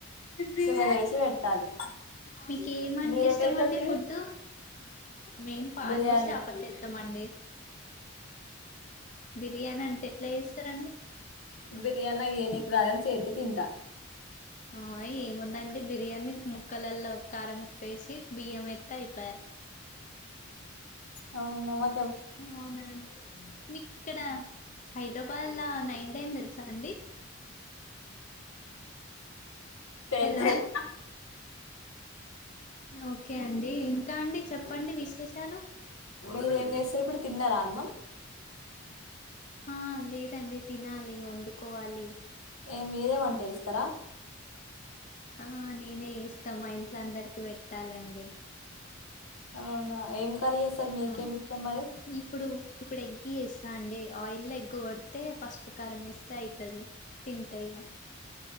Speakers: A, on the left (about 85°); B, on the left (about 35°).
A: షుగర్ వేసి పెట్టాలి
B: మీకు ఏమంట
A: మీరు
B: ఇష్టమండి
A: ఎట్లా చేస్తారు టీ
B: ఫుడ్ మేం పాలు
A: బిర్యానీ
B: వోస్ ఆపత్ ఎత్తాం అండి బిర్యానీ అంటే ఎట్లా చేస్తారండి
A: బిర్యానా ఏని క రాాల చేత తింట
B: ఆ ఏముందండి బిర్యానీ ముక్కలలో కారం ముప్పేసి బియ్యం ఎత్ అయిపోయా
A: అవున
B: అవునండి మీకు ఇక్కడ హైదరాబాద్లా నైన్ టైన్ తెలుసు అండి
A: పెన్సిల్
B: హలో ఓకే అండి ఇంకా అండి చెప్పండి విశేషాలు
A: మీరేం చేస్తారు ఇప్పుడు తిన్నారా అన్నం
B: ఆ లేదండి తినాలి వండుకోవాలి
A: ఏ మీదే వంట ఇస్తారా
B: ఆ నేనే చేస్తాం మా ఇంట్లో అందరికి పెట్టాలండి
A: అవునా ఏం కర్రీ చేస్తారు మీకేమి
B: ఆ
A: ఇష్టం మరి
B: ఇప్పుడు ఇప్పుడు ఎగ్గి వేస్తా అండి ఆయిల్ ఎగ్ కొడితే పసుపు కారం వేస్తే అవుతది తింటాైగా